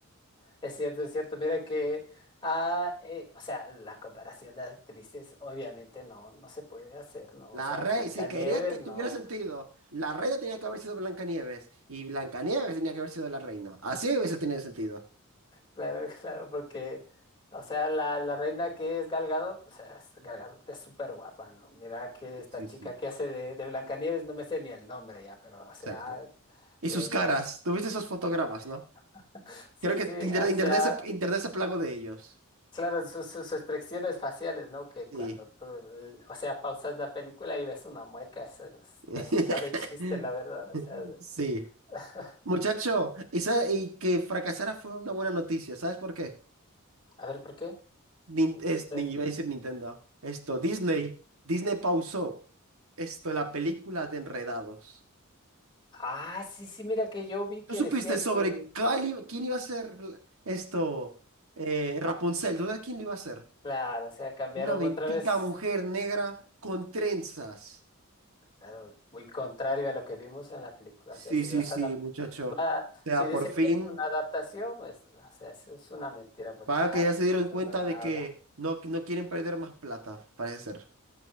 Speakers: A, on the left (about 20°); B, on the right (about 65°).
A: es cierto, es cierto. Mira que, ah, eh, o sea, la comparación de actrices obviamente no, no se puede hacer, ¿no?
B: La
A: O sea,
B: reina,
A: Blancanieves
B: si quería que tuviera
A: no.
B: sentido, la reina tenía que haber sido Blancanieves y Blancanieves tenía que haber sido la reina. Así hubiese tenido sentido.
A: Claro, <laughs> claro, porque, o sea, la, la reina que es Gal Gadot, o sea, es- Gal Gadot es súper guapa, ¿no? Mira que
B: Sí,
A: esta
B: sí,
A: chica
B: sí.
A: que hace de, de Blancanieves, no me sé ni el nombre ya, pero, o sea,
B: Exacto. Y
A: de
B: sus
A: ellas.
B: caras, ¿tuviste esos fotogramas, no?
A: <laughs> Sí,
B: Creo que
A: sí,
B: t- inter-
A: o sea,
B: internet se, internet se plagó de ellos.
A: claro, sus, sus expresiones faciales, ¿no? Que cuando
B: Sí.
A: tú, l- o sea, pausas la película y ves una mueca, eso es-
B: <laughs>
A: eso está de <laughs> chiste, la verdad, o sea, de-
B: Sí.
A: <laughs>
B: Muchacho, esa, y que fracasara fue una buena noticia. ¿Sabes por qué?
A: a ver, ¿por qué?
B: Nin-
A: Sí, no
B: es,
A: sé.
B: ni iba a decir Nintendo. Esto, Disney. Disney pausó esto, la película de Enredados.
A: Ah, sí, sí, mira que yo vi que
B: ¿Tú supiste
A: decían
B: sobre
A: que,
B: cuál iba- quién iba a ser esto? eh, Rapunzel. ¿Tú sabes quién lo iba a hacer?
A: claro, o sea, cambiaron
B: Una bendita
A: otra vez
B: mujer negra con trenzas.
A: Claro, muy contrario a lo que vimos en la película.
B: Sí,
A: O sea, si
B: sí,
A: vas
B: sí,
A: a adap-
B: muchacho.
A: va-
B: O sea,
A: si dicen
B: por fin,
A: que es una adaptación, pues, o sea, eso es una mentira, porque
B: vaya
A: ah,
B: que ya se dieron cuenta
A: no, nada.
B: de que no, no quieren perder más plata, parece ser.